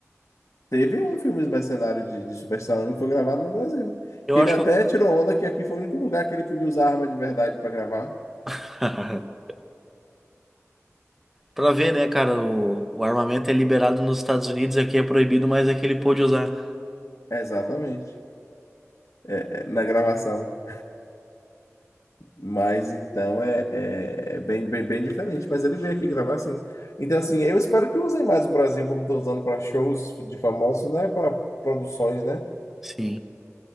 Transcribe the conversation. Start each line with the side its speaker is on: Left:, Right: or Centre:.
Left: Teve um filme Os Mercenários de, de Sylvester Stallone que foi gravado no Brasil.
Centre: Eu
Left: Que
Centre: acho
Left: ele até
Centre: que. eu-
Left: tirou onda que aqui foi o único lugar que ele podia usar arma de verdade para gravar.
Centre: <laughs> Pra ver, né, cara, o, o armamento é liberado nos Estados Unidos, aqui é proibido, mas aqui ele pôde usar.
Left: Exatamente. É, na gravação. Mas então é, é- é bem, bem, bem diferente. Mas ele veio aqui gravar sim. Então, assim, eu espero que usem mais o Brasil como estão usando para shows de famosos, né? Para produções, né?
Centre: Sim,